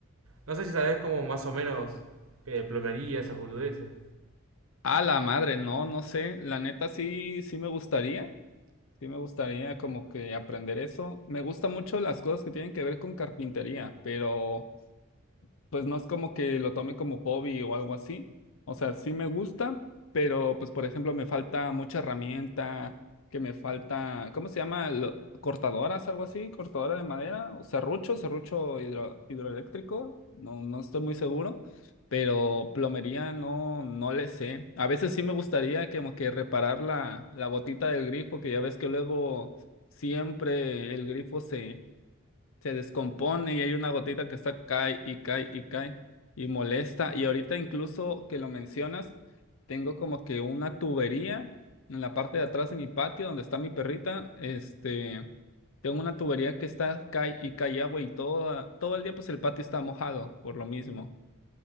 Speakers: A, on the right (about 75°); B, on the left (about 70°).
A: no sé si sabés como más o menos eh, plomería, esas boludeces.
B: A la madre, no, no sé. La neta sí, sí me gustaría. Sí me gustaría como que aprender eso. Me gusta mucho las cosas que tienen que ver con carpintería, pero pues no es como que lo tome como hobby o algo así. O sea, sí me gusta, pero pues por ejemplo me falta mucha herramienta, que me falta, ¿cómo se llama? Lo- cortadoras, algo así, cortadora de madera, o serrucho, serrucho hidro- hidroeléctrico, no, no estoy muy seguro, pero plomería no, no le sé. A veces sí me gustaría como que reparar la, la gotita del grifo, que ya ves que luego siempre el grifo se se descompone y hay una gotita que está cae y cae y cae y molesta. Y ahorita incluso que lo mencionas, tengo como que una tubería en la parte de atrás de mi patio donde está mi perrita, este, tengo una tubería que está cae y cae agua y toda, todo el día pues el patio está mojado por lo mismo.